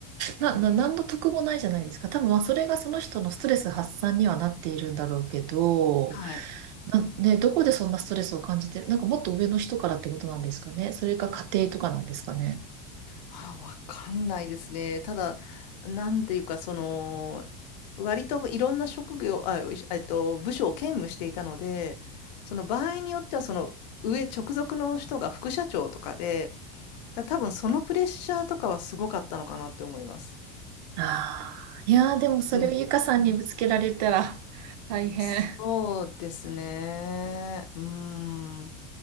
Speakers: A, on the right; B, on the left.
A: な、
B: うん
A: な、何の得もないじゃないですか。多分、まあ、それがその人のストレス発散にはなっているんだろうけど、
B: はい。
A: な、ね、どこでそんなストレスを感じてなんかもっと上の人からってことなんですかね。それか家庭とかなんですかね。
B: あ、わかんないですね。ただ、なんていうか、その、割といろんな職業、あ、いえっと、部署を兼務していたので、その場合によっては、その上、直属の人が副社長とかで、だ多分そのプレッシャーとかはすごかったのかなって思います。
A: ああ、いやー、でもそれをゆかさんにぶつけられたら大変。
B: うん。そうですね。うーん。